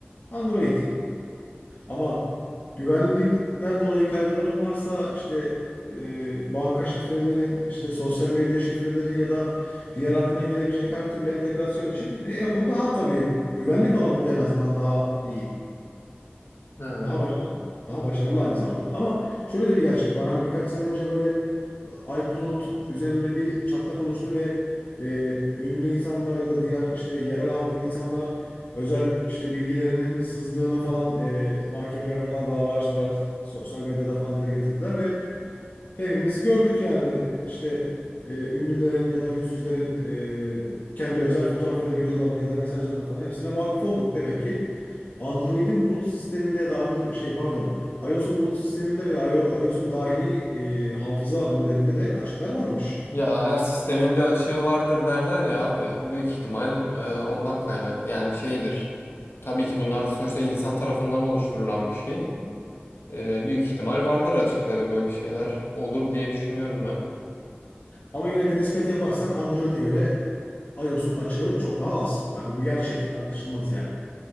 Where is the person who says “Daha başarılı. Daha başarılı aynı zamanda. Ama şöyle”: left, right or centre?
Left